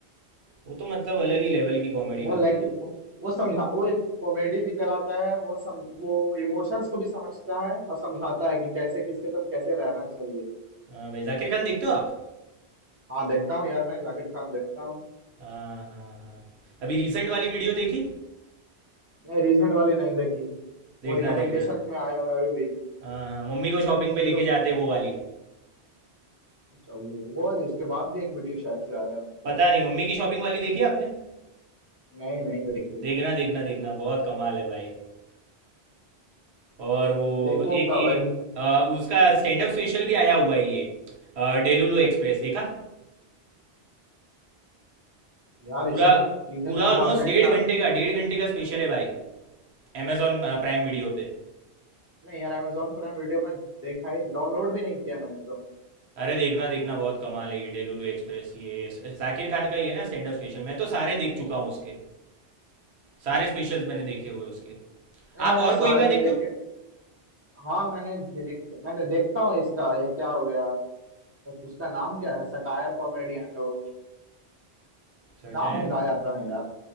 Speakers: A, on the right; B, on the right.
A: वो तो मतलब अलग ही लेवल की कॉमेडी
B: वो
A: करता
B: लाइक
A: है
B: वो समझा वो एक कॉमेडी भी कराता है वो सम वो इमोशंस को भी समझता है और समझाता है कि कैसे किसके साथ कैसे रहना चाहिए
A: हाँ भाई जाकिर खान देखते हो आप
B: हाँ देखता हूँ यार मैं जाकिर खान देखता हूँ
A: हाँ हाँ हाँ अभी रिसेंट वाली वीडियो देखी
B: नहीं रिसेंट वाली नहीं देखी
A: देखना
B: वो रिकमेंडेशन
A: देखना
B: में आया हुआ है अभी भी
A: हाँ हाँ मम्मी को शॉपिंग पे
B: यूट्यूब
A: लेके जाते हैं वो वाली
B: अच्छा वो वो इसके बाद भी एक वीडियो शायद से आया है उनका
A: पता नहीं मम्मी की शॉपिंग वाली देखी आपने
B: नहीं नहीं देखी
A: देखना देखना देखना बहुत कमाल है भाई और वो
B: देखूंगा
A: एक ये
B: भाई
A: आ, उसका स्टैंड अप स्पेशल भी आया हुआ है ये आ, डेलुलु एक्सप्रेस देखा
B: यार
A: पूरा
B: ये सब चीजें
A: पूरा
B: कब
A: ऑलमोस्ट
B: आ गई
A: डेढ़
B: यार
A: घंटे का डेढ़ घंटे का स्पेशल है भाई अमेजॉन प्राइम वीडियो पे
B: नहीं यार Amazon प्राइम वीडियो में देखा ही डाउनलोड भी नहीं किया मैंने तो
A: अरे देखना देखना बहुत कमाल है ये डेलुलु एक्सप्रेस ये जाकिर खान का ही है ना स्टैंड अप स्पेशल मैं तो सारे देख चुका हूँ उसके सारे स्पेशल्स मैंने देखे हुए उसके
B: नहीं मैंने
A: आप और
B: सारे
A: कोई का
B: नहीं
A: देखते
B: देखे
A: हो
B: हाँ मैंने देख मैंने देखता हूँ इसका ये क्या हो गया उसका नाम क्या है सटायर कॉमेडियन है वो
A: Satire
B: नाम भुला
A: comedy
B: जाता है यार